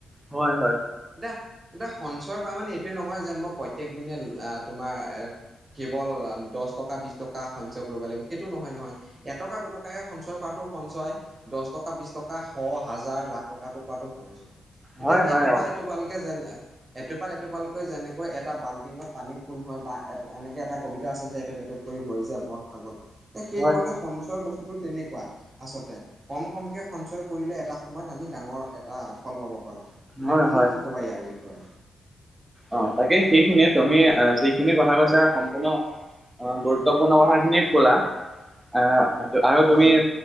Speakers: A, on the right; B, on the right.
A: হয়', হয়',।
B: এতিয়া, এতিয়া সঞ্চয় কৰা মানে এইটোৱে নহয় যে মই প্ৰত্যেক দিনে লা', আহ', তোমাৰ', কেৱল দহ টকা, বিশ টকা সঞ্চয় কৰিব লাগিব, সেইটো নহয় নহয় এটকা দুটকে সঞ্চয় কৰা', সঞ্চয়, দহ টকা, বিশ টকা, শ, হাজাৰ, লাখ টকাটো কোৱাটো সঞ্চয়। এতিয়া
A: হয় হয়
B: এটোপাল
A: অ
B: এটো পালকে যেন', এটোপাল, এটোপালকৈ যেনেকৈ এটা বাল্টিঙত পানীত ফুল হয়, বা এনেকে এটা কবিতা আছে যে, এটোপ এটোপ', হে ভৰি যায় বন সাগৰ, সেই
A: হয়
B: ধৰণে সঞ্চয়ৰ বস্তুতটো তেনেকুৱা। আচলতে কম -কমকৈ সঞ্চয় কৰিলে এটা সময়ত আমি ডাঙৰ এটা ফল পাব পাৰোঁ। এতিয়া
A: হয়
B: তুমি
A: হয়
B: কি কবা ইয়াৰ বিষয়ে?
A: অ', তাকেই সেইখিনিয়ে তুমি অহ', যিখিনি কথা কৈছা সম্পূৰ্ণ', অহ', গুৰুত্বপূৰ্ণ কথা খিনিয়ে ক'লা আহ', আৰু তুমি
B: হয়,